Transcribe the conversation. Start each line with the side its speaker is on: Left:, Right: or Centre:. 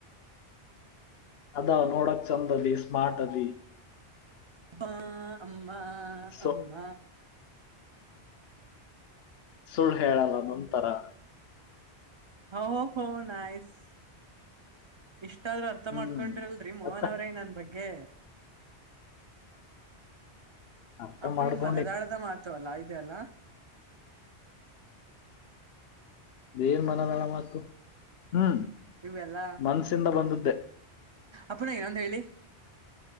Left: ಅದ ನೋಡಕ ಚೆಂದ ಅದಿ ಸ್ಮಾರ್ಟ್ ಅದಿ.
Right: ಮ್ಮಾ ಅಮ್ಮ
Left: ಸೊ
Right: ಅಮ್ಮ
Left: ಸುಳ್ಳು ಹೇಳಲ್ಲಾ ನಂತರಾ.
Right: ಓ ಹೊ ನೈಸ್. ಇಷ್ಟಾದ್ರೂ ಅರ್ಥ
Left: ಹ್ಮ್
Right: ಮಾಡ್ಕೊಂಡ್ರಿ ಅಲ್ರಿ ಮೋಹನ
Left: ಮತ್ತ
Right: ಅವರೆ ನನ್ನ ಬಗ್ಗೆ.
Left: ಅರ್ಥ
Right: ಅಪ್ಪರಿ
Left: ಮಾಡ್ಕೊಂಡಿ
Right: ಮನದಾಳದ ಮಾತ್. ತು ಅಲ್ಲಾ ಐತೆ ಅಲ್ಲಾ.
Left: ಏನ ಮನದಾಳ ಮಾತು ಹಾ.
Right: ಇವೆಲ್ಲಾ.
Left: ಮನ್ಸಿಂದ ಬಂದದ್ದೆ.
Right: ಅಪ್ಪರೆ ಇನ್ನೊಂದ ಹೇಳಿ.